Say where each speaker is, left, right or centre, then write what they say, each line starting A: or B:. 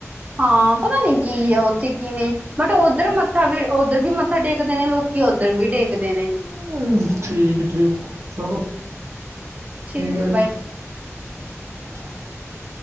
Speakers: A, on the right; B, on the right.
A: ਹਾਂ ਪਤਾ ਨੀ ਕੀ ਆ ਉੱਥੇ ਕੀ ਨਹੀਂ ਬਟ ਉੱਧਰ ਮੱਥਾ ਵੀ ਉੱਧਰ ਵੀ ਮੱਥਾ ਟੇਕਦੇ ਨੇ ਲੋਕ। ਕਿ ਉੱਧਰ ਵੀ ਟੇਕਦੇ ਨੇ।
B: ਹੂੰ, ਠੀਕ ਠੀਕ ਚਲੋ
A: ਠੀਕ ਆ
B: ਹੈ ਜੀ
A: ਬਾਏ।
B: <unintelligible>